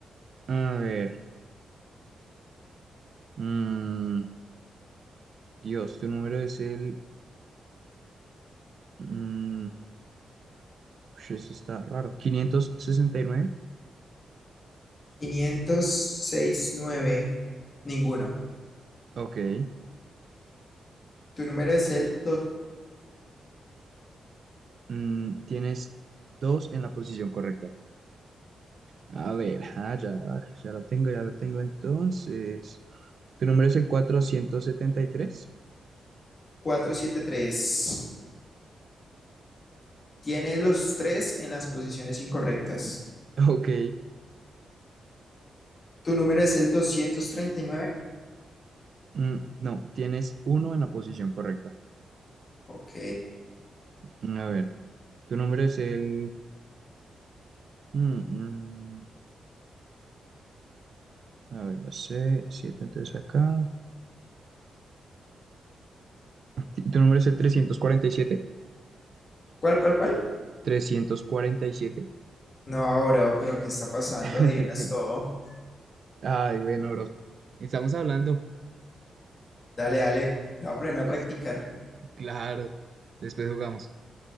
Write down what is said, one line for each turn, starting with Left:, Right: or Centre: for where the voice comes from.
Right: A ver. mm, Dios, tu número es el... mm, ush, eso está raro. 569.
Left: quinientos sesenta y nueve Ninguno.
Right: Ok.
Left: ¿Tu número es el
Right: Mm, tienes dos en la posición correcta. A ver, ah, ya, ya lo tengo, ya lo tengo entonces. ¿Tu número es el 473?
Left: 238? tres Tiene los tres en las posiciones incorrectas.
Right: <laughs> Ok.
Left: ¿Tu número es el doscientos treinta y nueve,
Right: Mm, no, tienes uno en la posición correcta.
Left: Ok.
Right: Mm, A ver, tu número es el... mm, mm, a ver, no sé, siete entonces acá. Ti- ¿Tu número es el trescientos Trescientos cuarenta cuarenta y siete.
Left: ¿Cuál, cuál, cuál?
Right: trescientos cuarenta y siete.
Left: No, bro, pero ¿qué está pasando?
Right: <laughs>
Left: Adivinas todo.
Right: Ay, bueno, bro. Estamos hablando.
Left: Dale, dale. Ya voy a ponerme
Right: Después,
Left: a practicar.
Right: claro. Después jugamos.